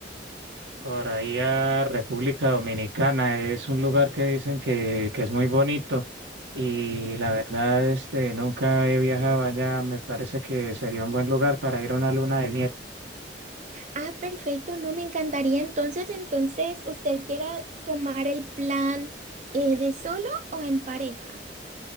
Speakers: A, on the right (about 75°); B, on the right (about 40°).
A: Por ahí a República Dominicana es un lugar que dicen que, que es muy bonito y la verdad, este, nunca he viajado allá, me parece que sería un buen lugar para ir a una luna de miel
B: Ah, perfecto, no me encantaría. Entonces, entonces, ¿usted quiera tomar el plan eh, de solo o en pareja?